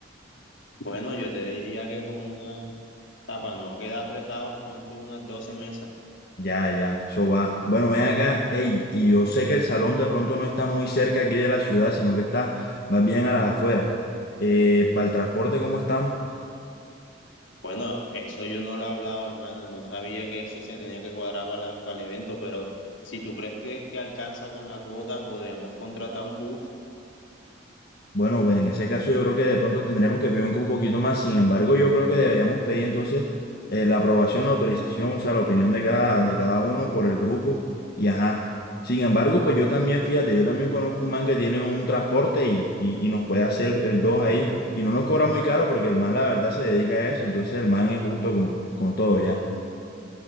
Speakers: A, on the left; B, on the left.
A: Bueno, yo te diría que como una, o sea, para no quedar apretados, pon tú unas 12 mesas.
B: Ya, ya, eso va. Bueno, ven acá, ey, y yo sé que el salón de pronto no está muy cerca aquí de la ciudad, sino que está más bien a las afueras. Eh, ¿para el transporte cómo estamos?
A: Bueno, eso yo no lo he hablado, hermano, no sabía que eso se tenía que cuadrar para, la- para el evento, pero si tú crees que, que alcanza con la cuota, podríamos contratar un bus.
B: Bueno, pues en ese caso yo creo que de pronto tendremos que pedir un poquito más. Sin embargo, yo creo que deberíamos pedir entonces eh, la aprobación, la autorización, o sea, la opinión de cada, de cada uno por el grupo. Y ajá. Sin embargo, pues yo también, fíjate, yo también conozco un man que tiene un transporte y, y, y nos puede hacer el 2 ahí. Y no nos cobra muy caro porque el man la verdad se dedica a eso. Entonces el man es justo con, con todo ya.